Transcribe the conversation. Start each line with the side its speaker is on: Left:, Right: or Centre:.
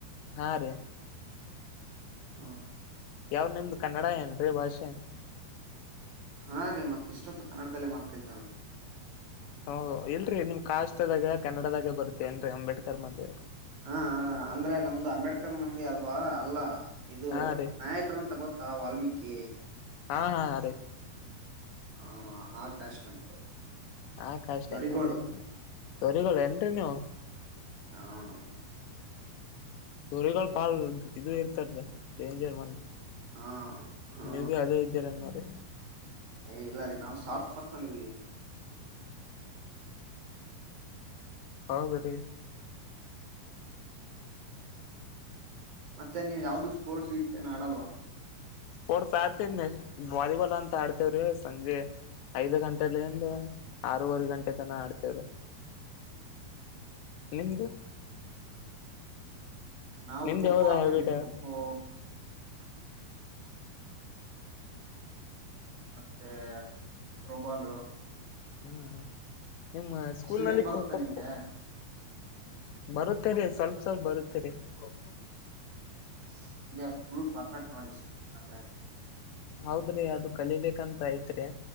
Left: ಹಾ ರೀ
Right: ಹಾ
Left: ಯಾವ್ ನಿಮ್ದ ಕನ್ನಡ ಏನ್ರೀ ಭಾಷೆ
Right: ಹಾ ರೀ ಮತ್ತ ಇಷ್ಟೊತ್ತು ಕನ್ನಡದಲ್ಲೇ ಮಾತಾಡಿದೀನಲ್ರರಿ
Left: ಹೂ ಇಲ್ರರಿ ನಿಮ್ ಕಾಸ್ದಾಗ ಕನ್ನಡದಾಗ ಬರುತ್ತೇ ನ್ರರಿ ಅಂಬೇಡ್ಕರ್ ಮಂದೇವ
Right: ಹಾ ಅಂದ್ರೆ ನಮ್ದು ಅಂಬೇಡ್ಕರ್ ಮಂದಿ ಅಲ್ವಾ ಅಲ್ಲ ಇದು
Left: ಹಾ ರೀ
Right: ನಾಯಕರು ಅಂತ ಗೊತ್ತ ವಾಲ್ಮೀಕಿ
Left: ಹಾ ಹಾ ಅರೆ
Right: ಹಾ ಹ ಆಕಾಶ್ ನಮ್ದು
Left: ಆ ಕಾಷ್ಟ
Right: ದೊರಿಗಳು
Left: ಏನ್ ಅದೇನಲ್ಲ ದೊರೆಗಳು ಏನ್ರರಿ ನೀವು
Right: ಹಾ <unintelligible>
Left: ದೊರಿಗಳು ಕಾಲ್ ಇದು ಇರ್ತಾರದೆ ಡೇಂಜರ್ ಮಂದಿ
Right: ಹಾ ಹಾ
Left: ಮ್ಯಾಬಿ ಅದೇ ಇದ್ದೀರ ನೋಡಿ
Right: ಏ ಇಲ್ಲ ರೀ ನಾವು ಸಾಫ್ಟ್ ಬರ್ತಾನ ಇದಿದೀವಿ
Left: ಹಾ <unintelligible>
Right: ಮತ್ತೆ ನೀವ್ ಯಾವ್ದು ಸ್ಪೋರ್ಟ್ಸ್ ಗ ಏನ್ ಆಡಲ್ವಾ
Left: ಸ್ಪೋರ್ಟ್ಸ್ ಆಡ್ತೇನೆ ವಾಲಿಬಾಲ್ ಅಂತ ಆಡ್ತೇವ್ರಿ ಸಂಜೆ ಐದ್ ಗಂಟೆ ಲಂದ ಆರೂವರೆ ಗಂಟೆ ತನ ಆಡ್ತೇವ್ರ ನಿಮ್ದು
Right: ನಾವು
Left: ನಿಮ್ದ್
Right: ಖೋಖೋ
Left: ಯಾವ್ದ
Right: ಆಡ್ತವ್ರಿ
Left: ಹ್ಯಾಬಿಟ್
Right: ಖೋಖೋ ಮತ್ತೆ ಥ್ರೋಬಾಲು
Left: ಹ್ಮ್ ನಿಮ್ಮ ಸ್ಕೂಲ್
Right: ಸ್ವಿಮ್ಮಿಂಗ್
Left: ನಲ್ಲಿ
Right: ಬರುತ್ತಾ
Left: ಖೋಖೋ
Right: ನಿಮ್ಗೆ
Left: <unintelligible> ಬರುತ್ತೇರಿ ಸ್ವಲ್ಪ ಸಲ್ ಬರುತ್ತೇರಿ ಖೋಖೋ
Right: ಅ ಫಲ್ ಪರ್ಫೆಕ್ಟ್ ನೋಡಿ ಸ್ವಿಮಿಂಗ ಅಂದ್ರೆ
Left: ಹೌದ್ರಿ ಅದು ಕಲಿಬೇಕಂತ ಐತ್ರಿ